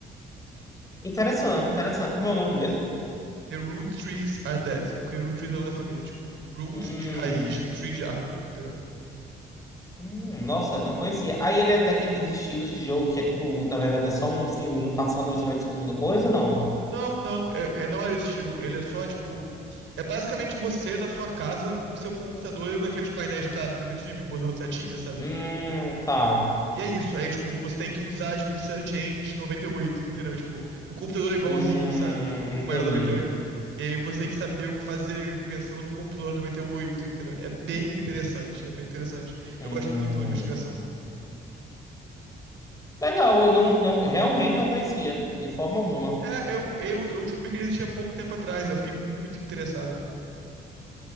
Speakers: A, on the left; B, on the right.
A: Interessante, interessante. Como é o nome mesmo?
B: The root trees are dead. Porque root trees é o nome da família. Tipo, root
A: Hum,
B: de raiz e tree de árvore, entendeu?
A: hum, nossa, não conhecia. Aí ele é daqueles estilos de jogo que é tipo, na verdade é só um filminho passando e você vai descobrindo coisa ou não?
B: Não, não, é, é- não era esse estilo. Ele é só, tipo. É basicamente você na sua casa com o seu computador e um daqueles painéis clássicos do detetive, botando setinha, sabe?
A: Hum, tá.
B: E é isso. Aí, tipo, você tem que usar, tipo, Search Engine de 98, entendeu? Tipo, o computador é igualzinho,
A: Hum,
B: sabe? Tipo, como
A: entendi.
B: era 98. E oito. E aí você tem que saber o que fazer pensando num computador de 98, entendeu? É bem interessante, é bem interessante.
A: Hum,
B: Eu gosto muito de jogo de investigação.
A: legal, eu não, não, realmente não conhecia, de forma alguma.
B: É, eu, eu, eu descobri que ele existia pouco tempo atrás, eu fiquei muito interessado.